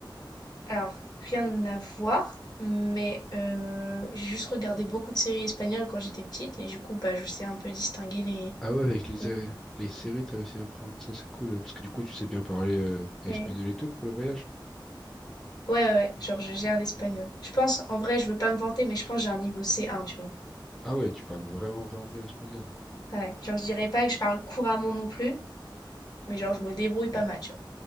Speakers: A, on the left; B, in the centre.
A: Alors, rien à voir, mais euh, j'ai juste regardé beaucoup de séries espagnoles quand j'étais petite et du coup, bah, je sais un peu distinguer les...
B: Ah ouais, avec les,
A: les-
B: euh, les séries, t'as réussi à apprendre, ça c'est cool, parce que du coup, tu sais bien parler euh, espagnol
A: les-
B: et tout pour le voyage.
A: Ouais, ouais, ouais, genre je gère l'espagnol. Je pense, en vrai, je veux pas me vanter, mais je pense que j'ai un niveau C1, tu vois.
B: Ah ouais, tu parles vraiment, vraiment bien espagnol.
A: Ouais, genre je dirais pas que je parle couramment non plus, mais genre je me débrouille pas mal, tu